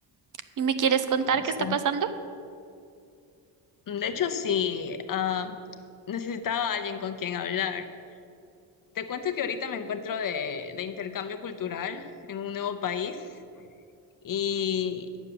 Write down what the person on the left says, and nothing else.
no
sé.
De hecho, sí, ah, necesitaba a alguien con quien hablar. Te cuento que ahorita me encuentro de, de intercambio cultural en un nuevo país Y